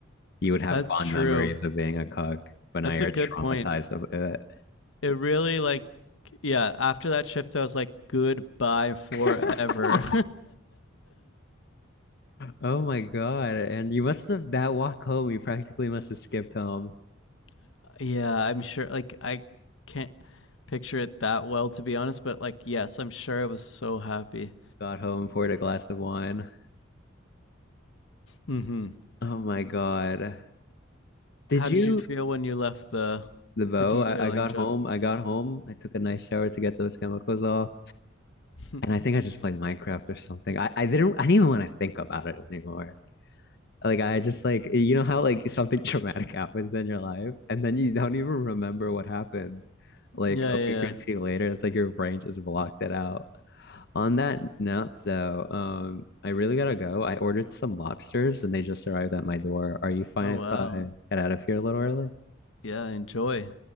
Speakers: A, on the left (about 55°); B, on the left (about 75°).
A: you would have
B: That's
A: fond
B: true.
A: memories of being a cuck, but now
B: That's
A: you're
B: a good
A: traumatized
B: point.
A: of it.
B: It really like yeah, after that shift I was like goodbye forever.
A: <laughs> forever. Oh my God. And you must have that walk home, you practically must have skipped home,
B: <laughs> yeah, I'm sure like I can't picture it that well to be honest, but like yes, I'm sure I was so happy.
A: got home, poured a glass of wine.
B: Mhm.
A: Oh my God. Did
B: How
A: you
B: did you feel when you left the
A: The bow.
B: the detailing
A: I, I got
B: job?
A: home. I got home. I took a nice shower to get those chemicals off.
B: <laughs> yeah,
A: And I think I just played Minecraft or something. I, I didn't I didn't even want to think about it anymore. Like I just like you know how like something <laughs> traumatic happens in your life and then you don't even remember what happened. Like
B: yeah,
A: a
B: yeah.
A: week or Mhm. two later, it's like your brain just blocked it out. On that note, though, um, I really gotta go. I ordered some lobsters and they just arrived at my door. Are you fine
B: Oh
A: if
B: wow.
A: I get out of here a little early?
B: Yeah, enjoy.